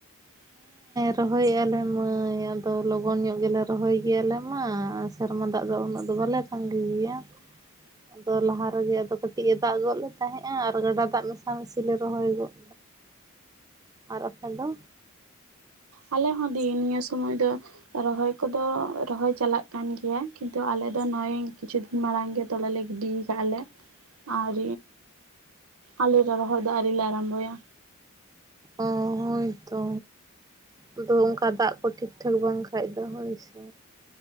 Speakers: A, on the right (about 80°); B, on the right (about 15°).
A: <inaudible>
B: ᱨᱚᱦᱚᱭ ᱮᱜ ᱟᱞᱮ ᱢᱟᱹᱭ ᱟᱫᱚ ᱞᱚᱜᱚᱱ ᱧᱚᱜ ᱜᱮᱞᱮ ᱨᱚᱦᱚᱭ ᱜᱮᱭᱟ ᱟᱞᱮ ᱢᱟ, ᱥᱮᱨᱢᱟ ᱫᱟᱜ ᱫᱚ ᱩᱱᱟᱹᱜ ᱫᱚ ᱵᱟᱞᱮ ᱯᱟᱺᱰᱩ ᱜᱤᱭᱟ
A: <inaudible>
B: ᱟᱫᱚ ᱞᱟᱦᱟ ᱨᱮᱜᱮ ᱟᱫᱚ ᱠᱟᱹᱴᱤᱡ ᱮ ᱫᱟᱜ ᱜᱚᱫ ᱞᱮ ᱛᱟᱦᱮᱸᱜᱼᱟ ᱟᱨ ᱜᱟᱰᱟ ᱫᱟᱜ ᱢᱮᱥᱟ ᱢᱮᱥᱤ ᱞᱮ ᱨᱚᱦᱚᱭ ᱜᱚᱫ ᱟᱨ ᱟᱯᱮ ᱫᱚ
A: ᱟᱞᱮ ᱦᱚᱸ ᱫᱤ ᱱᱤᱭᱟᱹ ᱥᱚᱢᱚᱭ ᱫᱚ ᱨᱚᱦᱚᱭ ᱠᱚᱫᱚ ᱨᱚᱦᱚᱭ ᱪᱟᱞᱟᱜ ᱠᱟᱱ ᱜᱮᱭᱟ ᱠᱤᱱᱛᱩ ᱟᱞᱮ ᱫᱚ ᱱᱚᱜᱼᱚᱭ ᱠᱤᱪᱷᱩ ᱫᱤᱱ ᱢᱟᱲᱟᱝ ᱜᱮ ᱫᱚᱢᱮᱞᱮ ᱜᱤᱰᱤ ᱠᱟᱜᱼᱟ ᱞᱮ ᱟᱨ ᱟᱞᱮ ᱫᱚ ᱨᱚᱦᱚᱭ ᱫᱚ ᱟᱹᱣᱨᱤᱞᱮ ᱟᱨᱟᱢᱵᱷᱚᱭᱟ
B: ᱚᱸᱻ ᱦᱳᱭ ᱛᱚ ᱟᱫᱚ ᱚᱝᱠᱟ ᱫᱟᱜ ᱠᱚ ᱴᱷᱤᱠ ᱴᱷᱟᱠ ᱵᱟᱝ ᱠᱷᱟᱡ ᱫᱚ ᱦᱳᱭ ᱥᱮ